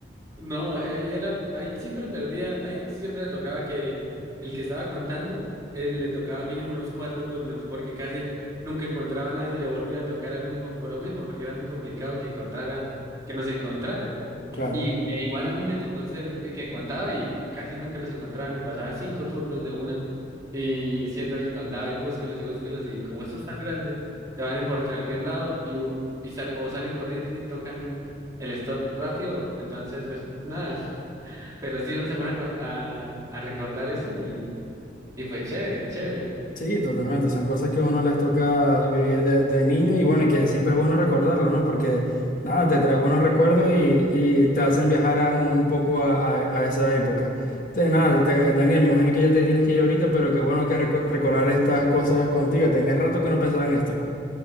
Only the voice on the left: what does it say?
claro.
Sí, totalmente. Son cosas que a uno les toca vivir de, de niño y bueno, y que siempre es bueno recordarlo, ¿no? Porque nada, te trae buenos recuerdos y, y te hacen viajar a- un, un poco a, a- a esa época. Entonces, nada, te- eh, Daniel, me imagino que ya te tienes que ir ahorita, pero qué bueno que reco- recordar estas cosas contigo. tenés rato que no pensaba en esto.